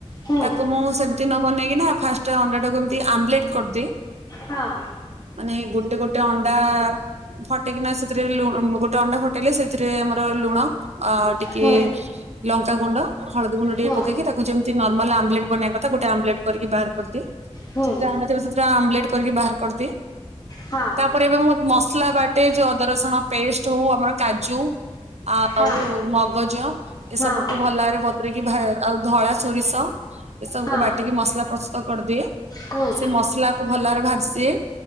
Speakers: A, on the left (about 35°); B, on the right (about 70°).
A: ହୁଁ
B: ତାକୁ ମୁଁ ସେମିତି ନ ବନେଇକି ନା ଫାଷ୍ଟ ଅଣ୍ଡାଟାକୁ ଏମତି ଆମ୍ଲେଟ କରିଦିଏ‌।
A: ହଁ।
B: ମାନେ ଗୋଟେ ଗୋଟେ ଅଣ୍ଡା-ଆ-ଆ ଫଟେଇକିନା ସେଥିରେ ଲୁଣ ଗୋଟେ ଅଣ୍ଡା ଫଟେଇଲେ ସେ ସେଥିରେ ଆମର ଲୁଣ ଆଉ ଟିକେ
A: ହୁଁ
B: ଲଙ୍କା ଗୁଣ୍ଡ, ହଳଦୀ ଗୁଣ୍ଡ
A: ହୁଁ
B: ଟିକେ ପକେଇକି ତାକୁ ଯେମିତି ନର୍ମାଲ ଆମ୍ଲେଟ୍ ବନେଇବା କଥା ଗୋଟେ ଆମ୍ଲେଟ୍ କରିକି ବାହାର କରିଦିଏ। ସେଥିରେ
A: ହୁଁ
B: ଆ <unintelligible> ସେଥିରେ ଆମ୍ଲେଟ୍ କରିକି ବାହାର କରିଦିଏ।
A: ହଁ
B: ତାପରେ ଏବେ ମୁଁ ମସଲା ବାଟେ ଯୋଉ ଅଦା ରସୁଣ ପେଷ୍ଟ ହଉ ଆମର କା ଜୁ ଆଉ
A: ହଁ
B: ମଗଜ ଏସବୁକୁୁ
A: ହଁ
B: ଭଲରେ ବତୁରେଇକି ଭା ଆଉ ଧଳା ସୋରିଷ ଏସବୁ
A: ହଁ
B: ବାଟିକି ମସଲା ପ୍ରସ୍ତୁତ କରିଦିଏ,
A: ହୁଁ
B: ସେ ମସଲାକୁ ଭଲରେ ଭାଜିଦିଏ।